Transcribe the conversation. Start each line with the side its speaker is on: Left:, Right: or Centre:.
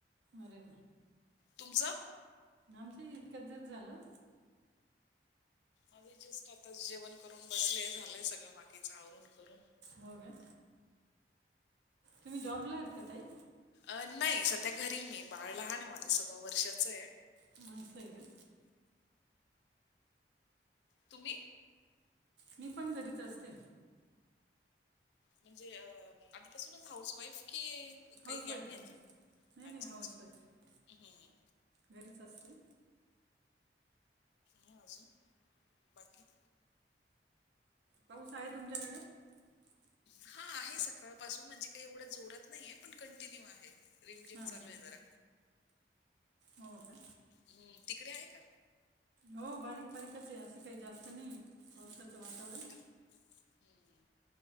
Right: अरे,
Left: तुमचं,
Right: आमचं इतक्यात जत झालं,,,
Left: आझी जस्ट आताच जेवण करून बसले झालंय सगळं बाकीच आवरून करून
Right: होऽगं, तुम्ही जॉबला आहेत का ताई?
Left: अ नाही, सध्या घरीय मी, बाळ लहान आहे माझं, सव्वा वर्षाच य,,
Right: कसयं का?
Left: तुम्ही,
Right: मी पण घरीच असते.
Left: म्हणजे अ आधीपासूनच हाऊस वाईफ कि <inaudible>
Right: हाऊसवाईफ
Left: काही गॅप घेतला,,
Right: आहे नाही नाही
Left: अच्छा
Right: हाऊसवाईफ
Left: अच्छा, हम्.
Right: घरीच असते.
Left: ह अजून, बाकी.
Right: पाऊस आहे तुमच्याकडे <inaudible>
Left: हा आहे, सकाळ पाासून म्हणजे काही एवढं जोरात नाहीये पण कंटिन्यू आहे. रिम झिम
Right: हां
Left: चालू आहे जरा,
Right: हो का,
Left: हं, तिकडे आहे का?
Right: हो बारीक. बारीकच ये, असं काही जास्त नाहीये पावसाचं वातावरण.
Left: हॅलो. हं.